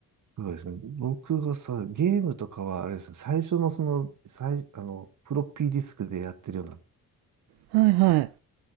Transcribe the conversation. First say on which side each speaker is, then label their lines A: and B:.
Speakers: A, on the right (about 55°); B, on the right (about 80°).
A: そうですね。僕がさ、ゲームとかは、あれですね、最初のその、最、あの、フロッピーディスクでやってるような
B: はいはい。